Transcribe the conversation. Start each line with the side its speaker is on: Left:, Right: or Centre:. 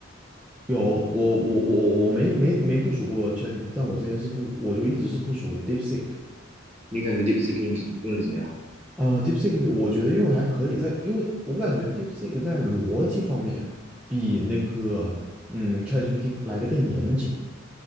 Centre: 有我我我我没没没部署过 ChatGPT，但我之前是不我就一直是部署 DeepSeek。
Right: 你感觉 DeepSeek 用着用着怎么样？
Centre: 啊，DeepSeek 我觉得用的还可以在，因为我感觉 DeepSeek 在逻辑方面比那个嗯 ChatGPT 来的更严谨。